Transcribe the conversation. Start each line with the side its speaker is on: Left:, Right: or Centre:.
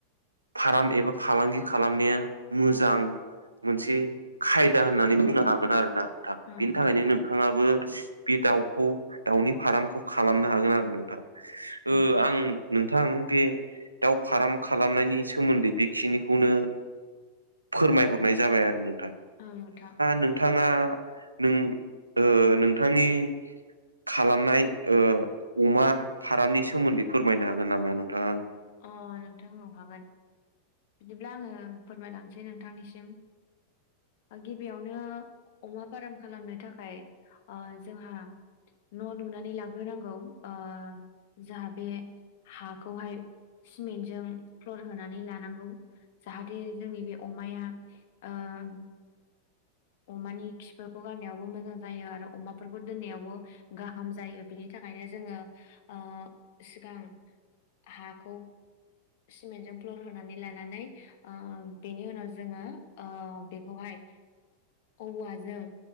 Right: फार्म एबा फालांगि खालामनाया मोजां मोनसे खायदा होननानै बुंनो हागोन आरो ना नोंथां
Left: औ
Right: बेनि
Left: नोंथां
Right: थाखायनो नोंथाङाबो बे दाउखौ दाउनि फार्मखौ खालामनो हागोन आरो नोंथां। ओ
Left: औ
Right: आं नोंथां बे दाउ फार्म खालामनायनि सोमोन्दै बेखिनिखौनो फोरमायहरनाय जाबाय आरो नों थां
Left: नोंथां
Right: नोंथाङा नों ओ नोंथांनि खालामनाय ओ अमा फारामनि सोमोन्दै फोरमायनो हागोन नामा नोंथाङा आंनो?
Left: अ नोंथां औ हागोन। बिदिब्ला आङो फोरमायलांसै नोंथांनिसिम। ओ गिबियावनो अमा फार्म खालामनो थाखाय ओ जोंहा न' लुनानै लाग्रोनांगौ ओ जोहा बे हाखौहाय सिमेन्टजों फ्लर होनानै लानांगौ जाहाथे जोंनि बे अमाया ओ ओम अमानि खिफोरखौ गारनायावबो मोजां जायो आरो अमाफोरखौ दोननायावबो गाहाम जायो बिनि थाख थाखायनो जोङो ओ सिगां हाखौ सिमेन्टजों फ्लर होनानै लानानै ओ बेनि उनाव जोङो ओ बेखौहाय <inaudible> औवाजों